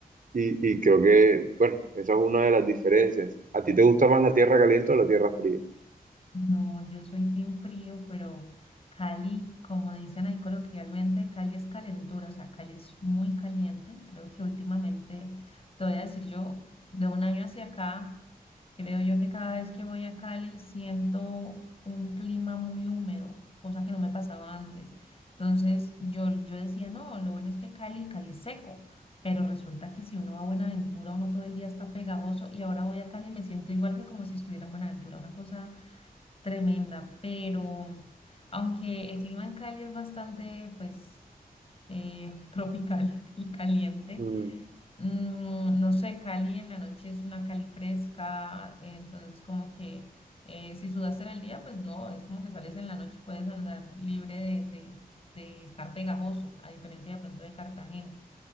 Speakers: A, on the right; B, on the left.
A: Y, y creo que, bueno, esa es una de las diferencias. ¿A ti te gusta más la tierra caliente o la tierra fría?
B: No, yo soy team frío, pero Cali, como dicen ahí coloquialmente, Cali es calentura, o sea, Cali es muy caliente. Creo que últimamente, te voy a decir yo, de un año hacia acá, creo yo que cada vez que voy a Cali siento un clima muy húmedo, cosa que no me pasaba antes. Entonces yo, yo decía, no, lo bueno es que Cali, Cali es seco. Pero resulta que si uno va a Buenaventura, uno todo el día está pegajoso y ahora voy a Cali y me siento igual que como si estuviera en Buenaventura, una cosa tremenda, pero aunque el clima en Cali es bastante, pues, eh, <laughs> tropical y caliente,
A: Mm,
B: mm, no sé, Cali en la noche es una Cali fresca, entonces como que eh, si sudaste en el día, pues no, es como que sales en la noche y puedes andar libre de, de, de estar pegajoso, a diferencia de pronto de Cartagena.